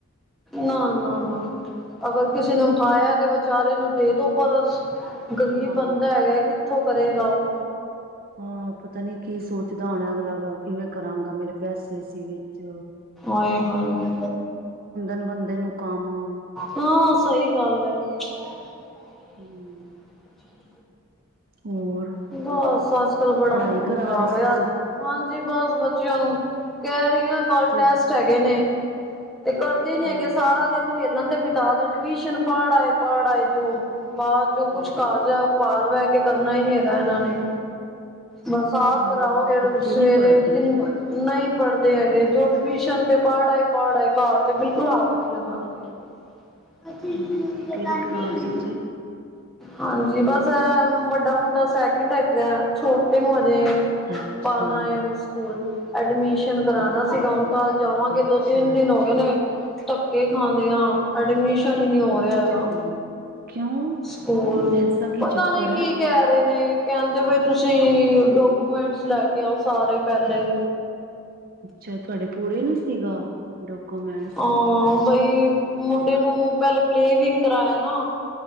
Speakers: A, in the centre; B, on the right.
A: ਨਾ-ਨਾ-ਨਾ, ਅਗਰ ਕਿਸੇ ਨੇ ਉਠਾਇਆ ਤੇ ਵਿਚਾਰੇ ਨੂੰ ਦੇ ਦੋ ਪਰਸ। ਗ਼ਰੀਬ
B: ਹਾਂ
A: ਬੰਦਾ ਹੈਗਾ ਕਿੱਥੋਂ ਕਰੇਗਾ ਉਹ
B: ਹਾਂ ਪਤਾ ਨੀ ਕੀ ਸੋਚਦਾ ਹੋਣਾ ਅਗਲਾ ਕਿਵੇਂ ਕਰਾਂਗਾ ਮੇਰੇ ਪੈਸੇ ਸੀ ਵਿਚ
A: ਆਏ ਹਾਏ
B: ਨੇ ਬੰਦੇ ਨੂੰ ਕੰਮ
A: ਹਾਂ ਸਹੀ ਗੱਲ ਹੈ ਹ ਨਹੀਂ ਪ
B: ਹਮ
A: ਠੀਕ
B: ਹੋਰ
A: ਬਸ ਅੱਜ ਕਲ ਬੜਾ
B: ਪੜ੍ਹਾਈ
A: ਮੋਲ
B: ਕਰਾ
A: ਖ਼ਰਾਬ
B: ਰਹੇ ਸੀ
A: ਆ
B: ਤੁਸੀਂ
A: ਅੱਜਕਲ ਹਾਂਜੀ ਬਸ ਬੱਚਿਆਂ ਨੂੰ ਕਹਿ ਰਹੀ ਹਾਂ ਕਲ
B: ਕਿਹੜੀ
A: ਟੈਸਟ ਹੈਗੇ ਨੇ ਤੇ ਕਰਦੇ ਨੀ
B: ਹਾਂ
A: ਹੈਗੇ ਸਾਰਾ ਦਿਨ ਖੇਲਣ ਦੇ ਬਿਤਾ ਦੇ ਟਿਊਸ਼ਨਾਂ ਪੜ ਆਏ ਪੜ ਆਏ ਜੋ ਬਾਅਦ ਚ
B: ਹਾਂ
A: ਕੁਛ ਘਰ ਆ ਕੇ ਬਹਿ ਕੇ ਕਰਨਾ ਹੀ ਨੀ ਹੈਗਾ ਇਹਨਾਂ ਨੇ ਬਸ ਆਪ
B: ਹਾਂ
A: ਕਰਾਓ
B: ਬਸ
A: ਫੇਰ
B: ਬੱਚੇ
A: ਸਵੇਰੇ
B: ਨੀ ਪੜ੍ਹਦੇ
A: ਨਹੀਂ ਪੜ ਹੈਗੇ ਜੋ ਟਵਿਸ਼ਨ ਤੇ ਪੜ ਆਏ ਪੜ ਆਏ ਘਰ ਤੇ ਬਿਲਕੁਲ ਹੱਥ ਨੀ ਲਗਾਉਂਦੇ ਅੱਛ
B: ਹਮ
A: ਤਨੇ
B: ਕਿਹੜੀ ਕਲਾਸ ਵਿੱਚ
A: ਹਾਂਜੀ ਬਸ ਇਹ ਵੱਡਾ ਮੁੰਡਾ ਸੈਕਿੰਡ ਹੈਗਾ ਛੋਟੇ ਨੂੰ ਹਜੇ
B: ਅੱਛਾ
A: ਪਾਉਣਾ ਉਹ ਸਕੂਲ ਐਡਮਿਸ਼ਨ ਕਰਾਣਾ
B: ਅੱਛਾ
A: ਸੀਗਾ ਹੁਣ ਕਲ ਜਾਵਾਂਗੇ
B: ਅੱਛਾ
A: ਦੋ ਤਿੰਨ ਦਿਨ
B: ਅੱਛਾ
A: ਹੋ ਗਏ ਨੇ ਧੱਕੇ ਖਾਂਦੇਿਆਂ ਐਡਮਿਸ਼ਨ ਹੀ ਨਹੀ ਹੋ
B: ਅੱਛਾ
A: ਰਿਹਾ ਹੈਗਾ
B: ਕਿਉਂ
A: ਸਕੂਲ
B: ਐਸਾ ਕੀ
A: ਪਤਾ
B: ਚੱਕਰ
A: ਨੀ ਕੀ
B: ਹੈ
A: ਕਹਿ ਰਹੇ ਨੇ, ਕਹਿੰਦੇ ਬਈ ਤੁਸੀਂ ਡਾਕੂਮੈਂਟਸ ਲੈ ਕੇ ਆਓ ਸਾਰੇ ਪਹਿਲੇ।
B: ਅੱਛਾ, ਤੁਹਾਡੇ ਪੂਰੇ ਨੀ। ਸੀਗਾ ਡਾਕੂਮੈਂਟਸ
A: ਹਾਂ, ਬਈ ਮੁੰਡੇ ਨੂੰ ਪਹਿਲੇ ਪਲੇ ਵਿੰਗ ਕਰਾਇਆ ਨਾ।